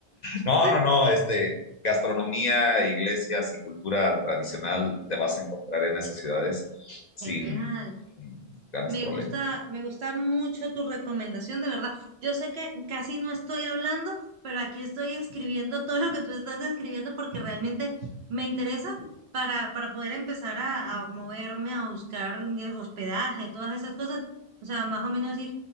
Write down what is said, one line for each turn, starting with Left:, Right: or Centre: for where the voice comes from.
Left: no,
Right: Sí,
Left: no, no, este, gastronomía, iglesias y cultura tradicional te vas a encontrar en esas ciudades sin
Right: Genial.
Left: sin grandes
Right: Me
Left: problemas.
Right: gusta, me gusta mucho tu recomendación, de verdad. Yo sé que casi no estoy hablando, pero aquí estoy escribiendo todo lo que tú estás describiendo porque realmente me interesa para, para poder empezar a, a moverme, a buscar eh, hospedaje, todas esas cosas. O sea, más o menos ir